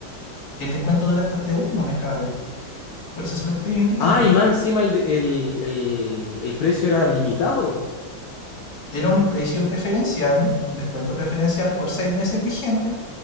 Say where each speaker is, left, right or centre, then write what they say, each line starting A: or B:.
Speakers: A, on the left (about 55°); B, on the left (about 90°).
A: El descuento dura hasta este último mes, caballero. Por eso se lo estoy indicando.
B: Ah, y más encima el, de- el, el el precio era limitado.
A: era un precio preferencial, un descuento preferencial por seis meses vigente